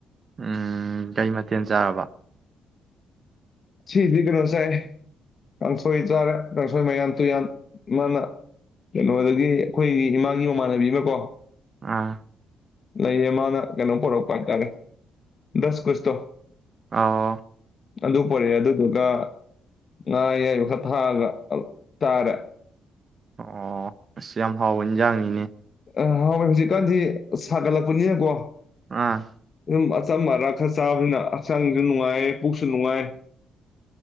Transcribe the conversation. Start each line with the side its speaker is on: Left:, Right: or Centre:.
Right: ꯎꯝ ꯗꯩꯃꯠ ꯌꯦꯟ ꯆꯥꯔꯕ꯫
Left: ꯁꯤꯗꯤ ꯀꯩꯅꯣ ꯆꯥꯏ ꯀꯥꯡꯁꯣꯏ ꯆꯥꯔꯦ ꯀꯥꯡꯁꯣꯏ ꯃꯌꯥꯟ ꯇꯨꯌꯥꯟ ꯏꯃꯥꯅ ꯀꯩꯅꯣꯗꯒꯤ ꯑꯩꯈꯣꯏꯒꯤ ꯏꯃꯥꯒꯤ ꯃꯃꯥꯟꯅꯕꯤ ꯑꯃꯀꯣ
Right: ꯎꯝ꯫
Left: ꯂꯩꯌꯦ ꯃꯥꯅ ꯀꯩꯅꯣ ꯄꯨꯔꯛꯄ ꯇꯥꯔꯦ ꯗꯁ ꯀꯨꯁꯇꯣ꯫
Right: ꯑꯥ꯫
Left: ꯑꯗꯨꯝ ꯄꯨꯔꯛꯑꯦ ꯑꯗꯨꯗꯨꯒ ꯉꯥ ꯑꯌꯥꯏꯕ ꯈꯔ ꯊꯥꯛꯑꯒ ꯑꯧ ꯇꯥꯔꯦ꯫
Right: ꯑꯣ ꯑꯁ ꯌꯥꯝ ꯍꯥꯎꯕ ꯏꯟꯖꯥꯡꯅꯤꯅꯦ꯫
Left: ꯑ ꯍꯋꯤ ꯍꯧꯖꯤꯛꯀꯥꯟꯗꯤ ꯁꯥꯒꯠꯂꯛꯄꯅꯤꯅꯀꯣ꯫
Right: ꯑꯥ꯫
Left: ꯗꯨꯝ ꯑꯆꯝ ꯑꯔꯥꯛ ꯈꯔ ꯆꯥꯕꯅ ꯍꯛꯆꯥꯡꯁꯨ ꯅꯨꯡꯉꯥꯏꯌꯦ ꯄꯨꯛꯁꯨ ꯅꯨꯡꯉꯥꯏ꯫